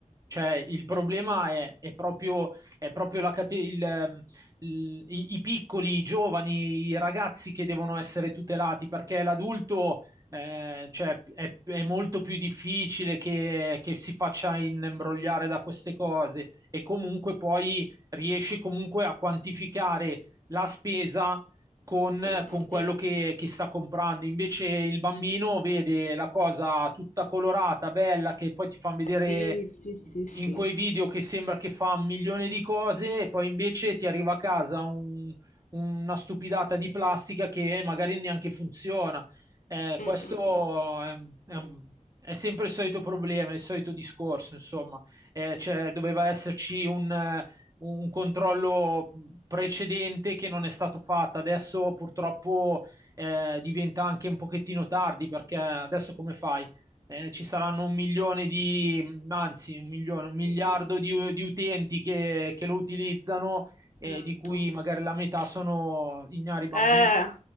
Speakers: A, on the right; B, on the left.
A: Cioè, il problema è, è proprio, è proprio la cate- il, ehm, il- i, i piccoli, i giovani, i ragazzi che devono essere tutelati, perché l'adulto, eh, cioè, è, è molto più difficile che, che si faccia imbrogliare da queste cose e comunque poi riesce comunque a quantificare la spesa con,
B: Mh,
A: con
B: mh,
A: quello
B: mh.
A: che, che sta comprando. Invece il bambino vede la cosa tutta colorata, bella, che poi ti fanno vedere
B: Sì, sì, sì, sì.
A: in quei video che sembra che fa un milione di cose, e poi invece ti arriva a casa un- una stupidata di plastica che magari neanche funziona. Eh,
B: Mh,
A: questo
B: mh, mh,
A: è, è un- è sempre il solito problema, il solito discorso, insomma. Eh, cioè, doveva esserci un, un controllo precedente che non è stato fatto. Adesso purtroppo eh, diventa anche un pochettino tardi perché adesso come fai? Eh, ci saranno un milione di, anzi un milione, un miliardo
B: mh, mh.
A: di, di utenti che, che, lo utilizzano, eh,
B: Certo.
A: di cui magari la metà sono ignari bambini.
B: Eh,